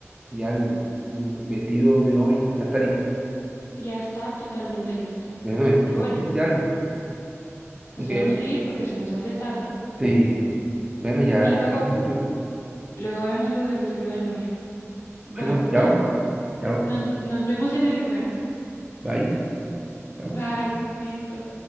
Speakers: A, on the right (about 20°); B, on the left (about 60°).
A: ya el, y el vestido de novia? Ya está listo.
B: Ya está totalmente listo.
A: Bueno, eso,
B: Pero
A: lo
B: bueno,
A: primordial.
B: nos
A: Aunque,
B: tenemos que ir porque se nos hace tarde.
A: sí, bueno, ya
B: Y
A: estamos
B: luego,
A: yo.
B: luego vemos lo del vestido de novia. Bueno,
A: Bueno, chao,
B: chao.
A: chao,
B: Nos, nos vemos en el lugar.
A: bye, chao.
B: Bye. Listo.